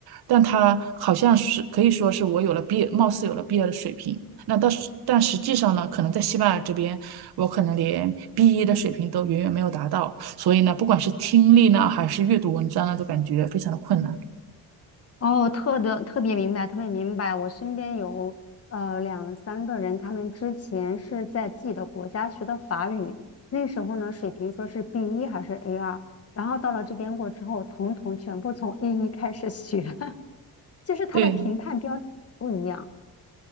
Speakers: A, on the right; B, on the left.
A: 但它好像是可以说是我有了 B，貌似有了 B2 的水平，那到时但实际上呢，可能在西班牙这边，我可能连 B1 的水平都远远没有达到，所以呢，不管是听力呢，还是阅读文章呢，都感觉非常的困难。
B: 哦，特的特别明白，特别明白。我身边有呃两三个人，他们之前是在自己的国家学的法语，那时候呢水平说是 b 一还是 a 二，然后到了这边过之后，统统全部从 a 一开始学，<laughs> 就是他的评判标准不一样。
A: 对，